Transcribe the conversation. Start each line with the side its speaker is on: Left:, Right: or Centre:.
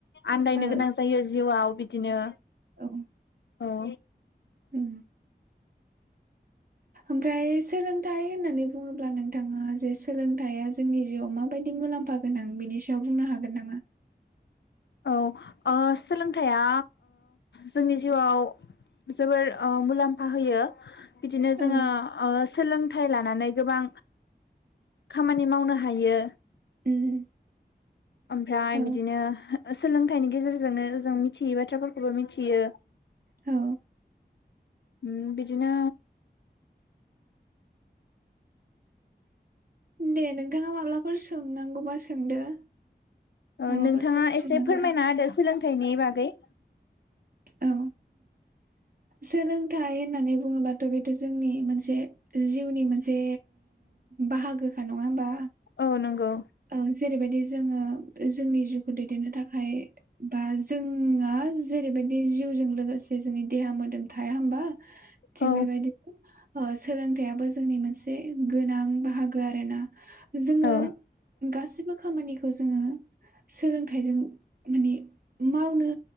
Left: आन्दायनो
Right: ओ
Left: गोनां जायो जिउआव। आव बिदिनो।
Right: औ
Left: औ।
Right: उम। ओमफ्राय सोलोंथाइ होननानै बुङोब्ला नोंथाङा जे सोलोंथाइया जोंनि जिउआव माबायदि मुलाम्फा गोनां बेनि सायाव बुंनो हागोन नामा?
Left: औ सोलोंथाइया जोंनि जिउआव जोबोर मुलाम्फा होयो। बिदिनो जोङो
Right: औ
Left: सोलोंथाय। फिथाइ लानानै गोबां। खामानि मावनो हायो,
Right: उम
Left: ओमफ्राय
Right: औ
Left: बिदिनो सोलोंथाइनि गेजेरजोंनो जों मिथियै बाथ्राफोरखौबो मिथियो,
Right: औ
Left: म बिदिनो
Right: दे नोंथाङा माब्लाफोर सोंनांगौबा सोंदो। माबाफोर
Left: नोंथाङा एसे
Right: सोंनांगौबा
Left: फोरमायनाहोदो सोलों थायनि बागै।
Right: औ सोलोंथाइ होननानै बुङोब्लाथ' बेथ' जोंनि मोनसे जिउनि मोनसे बाहागोख। नङा होनबा?
Left: औ नंगौ
Right: औ जेरै बायदि। जोङो जोंनि दैदेननो थाखाय बा जोंहा जेरैबायदि। <unintelligible> लोगोसे जोंनि देहा मोदोम थाया होमबा थिग
Left: औ
Right: बेबायदिनो। सोलोंथाइयाबो। जोंनि मोनसे गोनां बाहागो आरोना जोङो
Left: औ
Right: गाससिबो खामानिखौ जोङो। सोलोंथाइजों माने मावनो